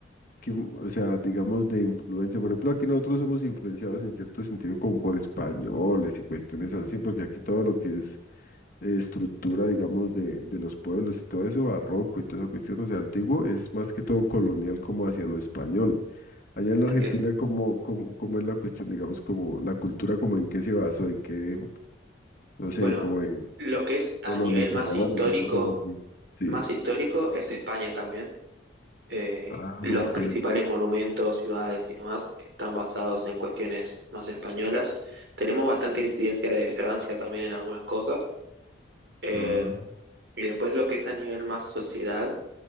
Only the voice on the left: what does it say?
que, o sea, digamos de influencia. Por ejemplo, aquí nosotros somos influenciados en cierto sentido como por españoles y cuestiones así, porque aquí todo lo que es eh, estructura, digamos, de, de los pueblos y todo eso, barroco y toda esa cuestión, o sea, antiguo, es más que todo colonial como hacia lo español. Allá en la
Argentina, ¿cómo, cómo, cómo es la cuestión, digamos, como la cultura, como en qué se basó, en qué, no sé,
como en
colonizadores
o cosas así? Sí.
Ah,
ok.
Ah,